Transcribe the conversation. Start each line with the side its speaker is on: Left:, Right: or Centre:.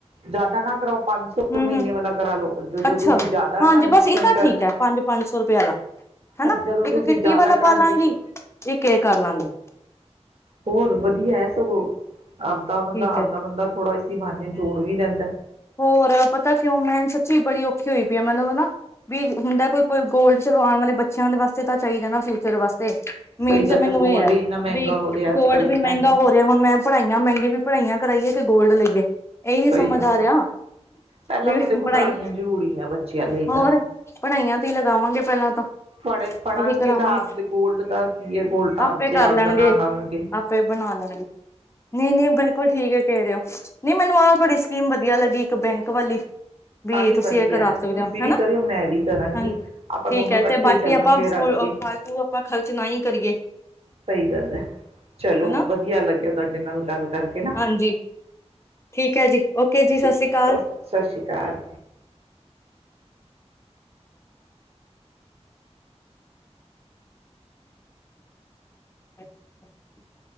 Right: ਜ਼ਿਆਦਾ ਨਾ ਕਰਾਓ ਪੰਜ ਸੌ
Left: ਹੁ
Right: ਮਹੀਨੇ
Left: ਹੁ
Right: ਵਾਲਾ ਕਰਾ ਲਓ ਜਦੋਂ
Left: ਅੱਛਾ
Right: ਤੁਸੀਂ ਜ਼ਿਆਦਾ
Left: ਹਾਂਜੀ
Right: ਟ੍ਰਾਂਜੈਕਸ਼ਨ
Left: ਬਸ ਇਹਨਾ
Right: ਕਰ
Left: ਠੀਕ ਹੈ ਪੰਜ ਪੰਜ ਸੌ ਰੁਪਏ ਆਲਾ ਹਨਾ
Right: ਜਦੋਂ ਤੁਸੀਂ
Left: ਇੱਕ ਕਿੱਟੀ
Right: ਜ਼ਿਆਦਾ
Left: ਵਾਲਾ ਪਾ
Right: ਟ੍ਰਾਂਜੈਕਸ਼ਨ
Left: ਲਾਂਗੀ ਇੱਕ ਇਹ ਕਰਲਾਂਗੀ
Right: ਹੋਰ ਵਧੀਆ ਹੈ ਸਗੋਂ ਆਪਦਾ
Left: ਠੀਕ
Right: ਬੰਦਾ
Left: ਹੈ
Right: ਆਪਦਾ ਬੰਦਾ ਥੋੜਾ ਇਸੀ ਬਾਨੇ ਜੋੜ ਵੀ ਲੈਂਦਾ
Left: ਹੋਰ ਇਹ ਪਤਾ ਕਿਉਂ ਮੈ ਸੱਚੀ ਬੜੀ ਔਖੀ ਹੋਈ ਪਈ ਹਾ ਮੈਨੂੰ ਨਾ ਵੀ ਹੁੰਦਾ ਕੋਈ ਗੋਂਲਡ ਚਲੋ ਆਉਣ ਵਾਲੇ ਬੱਚਿਆਂ ਦੇ ਵਾਸਤੇ ਤਾਂ ਚਾਹੀਦਾ ਨਾ ਫਿਊਚਰ ਵਾਸਤੇ ਤੇ ਮੇਨ
Right: ਸਹੀ ਗੱਲ
Left: ਤੇ ਮੈਨੂੰ
Right: ਗੋਲਡ
Left: ਇਹ ਹੈ
Right: ਹੀ ਇੰਨਾ ਮਹਿੰਗਾ
Left: ਵੀ
Right: ਹੋ ਰਿਹਾ ਅੱਜ
Left: ਗੋਲਡ
Right: ਕੱਲ੍ਹ
Left: ਵੀ
Right: ਦੇ
Left: ਮਹਿੰਗਾ
Right: ਟਾਈਮ 'ਚ
Left: ਹੋ ਰਿਹਾ ਹੁਣ ਮੈਂ ਪੜ੍ਹਾਈਆਂ ਮਹਿੰਗੀ ਵੀ ਪੜ੍ਹਾਈਆਂ ਕਰਾਈਏ ਕਿ ਗੋਲਡ ਲੱਈਏ ਇਹੀ ਨੀ
Right: ਸਹੀ
Left: ਸਮਝ
Right: ਗੱਲ
Left: ਆ ਰਿਹਾ
Right: ਪਹਿਲਾਂ
Left: ਵੀ
Right: ਤਾਂ ਦੇਖੋ
Left: ਪੜ੍ਹਾਈ
Right: ਪੜ੍ਹਾਈਆਂ ਜ਼ਰੂਰੀਆਂ ਬੱਚਿਆਂ ਲਈ
Left: ਹੋਰ
Right: ਤਾਂ
Left: ਪੜ੍ਹਾਈਆਂ ਤੇ ਹੀ ਲਗਾਵਾਂਗੇ ਪਹਿਲਾਂ ਤਾਂ
Right: ਪੜ੍ਹੇ ਪੜ੍ਹਨਗੇ
Left: ਇਹੀ ਕਰਾਵਾਂਗੇ
Right: ਤਾਂ ਆਪ ਗੋਲਡ ਦਾ ਕੀ ਏ। ਗੋਲਡ ਆਪਦੇ
Left: ਆਪੇ ਕਰ
Right: ਆਪ ਬਣਾ ਲੈਣਗੇ
Left: ਆਪੇ ਬਣਾ ਲੈਣਗੇ ਨਹੀਂ ਨਹੀਂ ਬਿਲਕੁਲ ਠੀਕ ਹੈ। ਕਹਿ ਰਓ ਨਹੀਂ ਮੈਨੂੰ ਆਹ ਤੁਹਾਡੀ ਸਕੀਮ ਕਿਆ ਲੱਗੀ ਇੱਕ ਬੈਂਕ ਵਾਲੀ ਵੀ
Right: ਹਾਂ ਨਹੀਂ ਵਧੀਆ
Left: ਤੁਸੀਂ ਇਹ ਕਰਾ
Right: ਹੈ
Left: ਸਕਦੇ
Right: ਤੁਸੀਂ
Left: ਹੋ ਹੈਨਾ
Right: ਵੀ ਕਰਿਓ ਮੈਂ ਵੀ ਕਰਾਂਗੀ
Left: ਹਾਂਜੀ
Right: ਆਪਾਂ
Left: ਠੀਕ
Right: ਦੋਨੋਂ
Left: ਹੈ
Right: ਇਕੱਠੇ
Left: ਤੇ ਬਾਕੀ
Right: ਹੀ ਚੱਲਾਂਗੇ
Left: ਆਪਾਂ ਫ
Right: ਰਲ ਕੇ
Left: ਫਾਲਤੂ ਆਪਾਂ ਖਰਚ ਨਾ ਹੀ ਕਰੀਏ
Right: ਸਹੀ ਗੱਲ ਹੈ ਚਲੋ
Left: ਹਨਾ
Right: ਵਧੀਆ ਲੱਗਿਆ ਤੁਹਾਡੇ ਨਾਲ ਗੱਲ ਕਰਕੇ ਨਾ
Left: ਹਾਂਜੀ ਠੀਕ ਹੈ ਜੀ ਓਕੇ ਜੀ
Right: ਸਤਿ
Left: ਸ੍ਰੀ ਅਕਾਲ
Right: ਸ਼੍ਰੀ ਅਕਾਲ
Left: ਅੱਛਾ <inaudible>